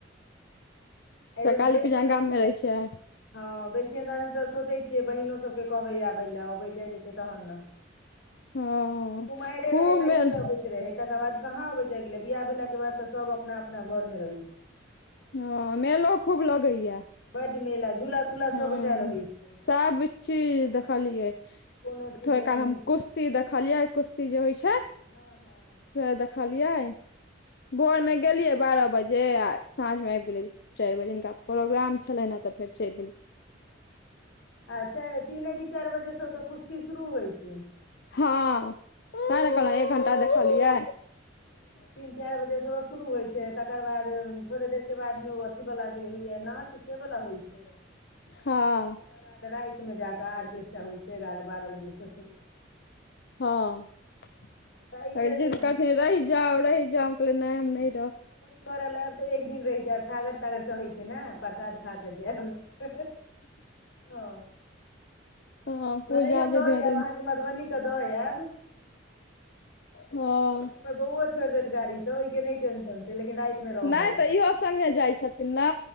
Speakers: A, on the left; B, on the left.
A: एहि बेर
B: काली
A: तऽ बेसी
B: पिजा
A: अन्द
B: गाम मे
A: हँ,
B: रहै छियै
A: बेसी अन्दाज तऽ सोचे छियै बहिनो सबके कहबै आबै ले, अबै जेत तहन ने।
B: हँ
A: कुमायरे
B: खूब
A: रहै तहिये
B: मेल
A: अबै रहे, तकर बाद कहाँ अबे जाय गेले, बियाह भेला के बाद तऽ सब अपना -अपना घर मे रहै छै।
B: हँ, मेलो खूब लगैया।
A: बड मेला, झूला तूला
B: हँ,
A: सबटा रहै छै
B: सब चीज देखलियै।
A: कोनो चीज
B: थोड़
A: एहन
B: काल हम
A: नहि छै
B: कुश्ती
A: जे
B: देखलियै, कुश्त जे होइ छै,
A: हँ हँ
B: से देखलियै, भोर मे गेलियै बारह बजे। जे साँझमे आबि गेलिये चारि बजे, हिनका प्रोग्राम छलनि हँ, तऽ फेर चलि एलियै।
A: आ च तीने कि, चारि बजेसँ ओतऽ कुश्ती शुरू होइ छै।
B: हँ, ते
A: हँ
B: ने कहलहु, एक घंटा देखलियै।
A: तीन चारि बजेसँ ओ शुरू होइत छै, तकर बाद थोड़े देरके बादमे ओ अथीवला जे होइया नाच। से बला होइ छै।
B: हँ।
A: तेकर बाद रातिमे जाकऽ आर्केस्ट्रा होइ छै, एगारह बारह बजेसँ शुरू।
B: हँ, त
A: हँ तऽ एहि बेर
B: जिद्द
A: हँ
B: करथिन रहि जाउ, रहि जाउ, हम कहलि नै हम नै
A: खोछि भर ल आयब तऽ एक दिन रहि जायब, छागर- तागर चहै छै ने, प्रसाद खा कऽ जायब। ओ,
B: हँ पूजा
A: भले ही हम
B: जे
A: द
B: दिन
A: आयब,
B: हेतै
A: अहाँके म मधुबनी के द एब।
B: हँ
A: बौओ छोड़ देत गाड़ी त ओइ के नई टेंशन छै लेकिन राइ, रहब,
B: नहि तऽ इहो संगे जाइ छथिन ने